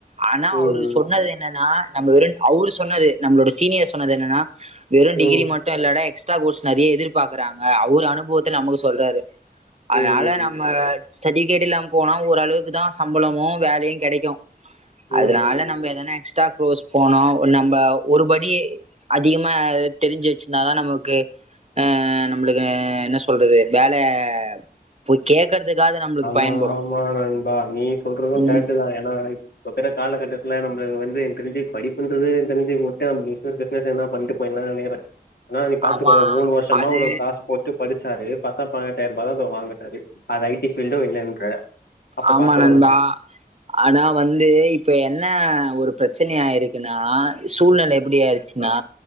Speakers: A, on the right (about 40°); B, on the left (about 75°).
A: ஆனா
B: ம்
A: அவரு சொன்னது என்னன்னா நம்ப வெறு அவுரு சொன்னது நம்பளோட சீனியர்ஸ் சொன்னது என்னன்னா வெறு
B: ம்
A: டிகிரி மட்டு இல்லடா எக்ஸ்ட்ரா கோர்ஸ் நறைய எதிர்பாக்குறாங்க அவரு அனுபவத்துல நமக்கு சொல்றாரு அதனால
B: ம் ம்
A: நம்ம சர்ட்டிவிகேட் இல்லாம போனா ஓரளவுக்கு தா சம்பளமும் வேலையு கெடைக்கு
B: ம்
A: அதனால
B: ம்
A: நம்ப எதானா எக்ஸ்ட்ரா கோர்ஸ் போனு நம்ப ஒருபடி அதிகமா தெரிஞ்சு வச்சிருந்தாதா நமக்கு ஆ நம்மளுக்கு என்ன சொல்றது வேலைய போய் கேக்குறதுக்காது நம்மளுக்கு பயன்படு
B: மாமா நண்பா நீ சொல்றது
A: ம்
B: கரெக்ட் தா ஏன்னா <unintelligible> காலகட்டத்துல நம்மள இவுங்க வந்து எனக்கு தெரிஞ்சு படிப்புண்றது <unintelligible> <unintelligible> ண்ட்டு போய்ல்லா <unintelligible> நீ பாத்துக்கோ
A: ஆமா
B: மூணு வருஷமா
A: அது
B: உனக்கு காசு போட்டு படி சாரி பத்தா பான்னெட்டாயருபாதா எதோ வாங்கறாரு அது ஐ டி ஃபீல்டு இல்லன்ற அப்ப
A: ஆமா
B: பாத்துக்கோ
A: நண்பா ஆனா வந்து இப்ப என்ன ஒரு ப்ரச்சன ஆயிருக்குன்னா சூழ்நில எப்டி ஆயிருச்சுன்னா
B: ஆ